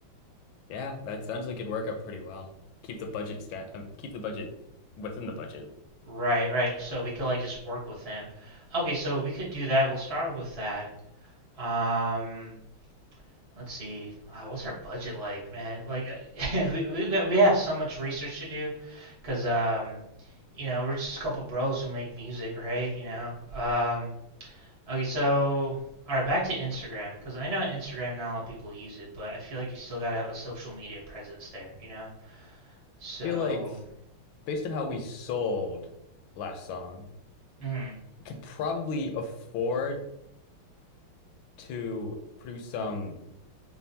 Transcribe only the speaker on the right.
Right, right. So we could like just work with them. Okay, so we could do that. We'll start with that. Um, let's see. Uh, what's our budget like, man? Like uh, <laughs> we we got, we have so much research to do because um, you know, we're just a couple bros who make music, right? You know. Um, Okay, so all right, back to Instagram because I know Instagram not a lot of people use it, but I feel like you still gotta have a social media presence there, you know? So,
mm,